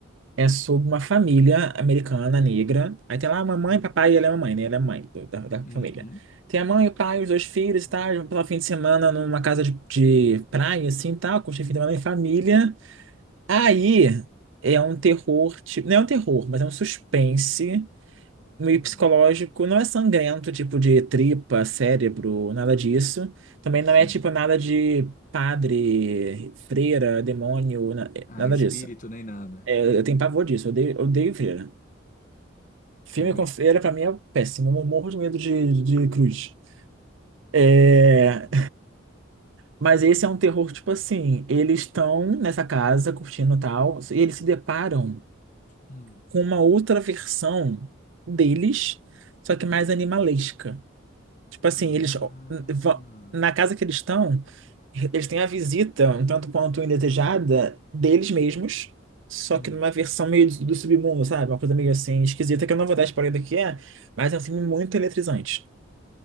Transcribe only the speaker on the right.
É sobre uma família americana negra. Aí tem lá a mamãe,
papai, e ela é a mamãe, né? Ela é a mãe do- da, da
família. Tem a mãe, o pai, os dois filhos e tal. Eles Vão passar o fim de semana numa casa de, de praia, assim e tal. Curtir o fim de semana em família. Aí é um terror, tipo. Não é um terror, mas é um suspense meio
psicológico. Não é sangrento, tipo de tripa, cérebro, nada disso. Também
não é tipo nada de padre, freira, demônio, na-
nada
disso.
É, eu tenho pavor disso, eu odeio, eu odeio freira. Filme
com freira, pra mim, é péssimo. Eu morro de medo de, de cruz. É,
Mas esse é um terror, tipo assim, eles estão nessa casa curtindo tal, e eles se deparam
com uma outra versão deles, só que mais animalesca. Tipo assim,
eles va- na casa que eles estão, eles têm a visita, um tanto quanto indesejada, deles mesmos, só
que numa versão meio do do submundo, sabe? Uma coisa meio assim esquisita que eu não vou dar spoiler do que é, mas é um filme muito eletrizante.